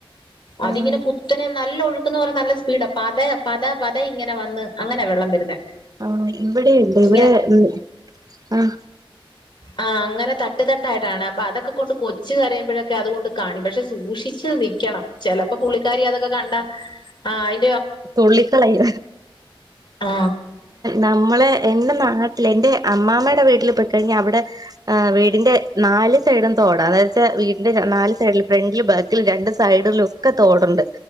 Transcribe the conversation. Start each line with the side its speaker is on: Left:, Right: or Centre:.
Left: അതിങ്ങനെ
Right: ആഹ്
Left: കുത്തനെ നല്ല ഒഴുക്കന്ന് പറ നല്ല സ്പീഡാ പത പത പതേ ഇങ്ങനെ വന്ന് അങ്ങനെ വെള്ളം വരുന്നേ
Right: ആഹ് ഇവിടെുണ്ട് ഇവിടെ
Left: ഇങ്ങനെ
Right: ഉ ആഹ
Left: ആ അങ്ങനെ തട്ട് തട്ടായിട്ടാണ് അപ്പൊ അതൊക്കെ കൊണ്ട് കൊച്ചു കരയുമ്പോഴൊക്കെ അതുകൊണ്ട് കാണി പക്ഷെ സൂക്ഷിച്ചച്ച് നിൽക്കണം ചിലപ്പോ പുുള്ളിക്കാരി അതൊക്കെ കണ്ടാ ആ ആയി
Right: തുള്ളിക്കളായി
Left: ആ
Right: നമ്മളെ എന്തെന്നാ നാട്ടില് എൻന്റെ അമ്മാമ്മയുടെ വീട്ടിൽ പോയി കഴിഞ്ഞ അവിടെ വീടിന്റെ നാല് സൈഡും തോടാ അതായ വ വീടിന്റെ നാല് സൈഡില് ഫ്രണ്ടില് ബാക്കിൽ രണ്ട് സൈഡിലും ഒക്കെ തോടുണ്ട്